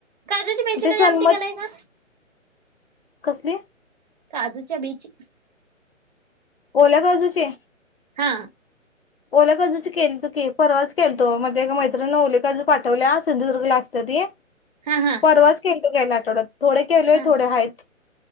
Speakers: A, on the right (about 35°); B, on the left (about 50°).
A: काजूच्या बियाणं ची
B: ते
A: कधी
B: सन्मत
A: आमटी केला य का?
B: कसली
A: काजूच्या बीची
B: ओल्या काजु ची
A: हा
B: ओल्या काजूची केली, परवाच केली तो म्हणजे एका मैत्रिण ओेले काजू पाठवले सिंधुदुर्गला असते ती
A: हा हा.
B: परवाच केली गेल्या आठवड्यात थोडे केलोय
A: हा
B: थोडे आहेत.